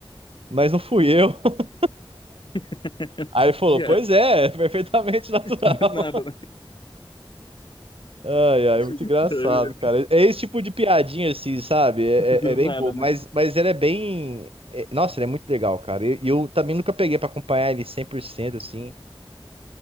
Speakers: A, on the right; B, on the left.
A: Mas não fui eu. <laughs>
B: <laughs>
A: Aí ele falou:
B: Yeah,
A: Pois é, é perfeitamente <laughs> natural.
B: do nada,
A: Ai, ai, é muito
B: né?
A: engraçado, cara. É esse tipo de piadinha, assim, sabe? É,
B: Do
A: é- é bem
B: nada,
A: bobo,
B: né?
A: mas, mas ele é bem. é- nossa, ele é muito legal, cara. E e eu, também nunca peguei pra acompanhar ele 100%, assim.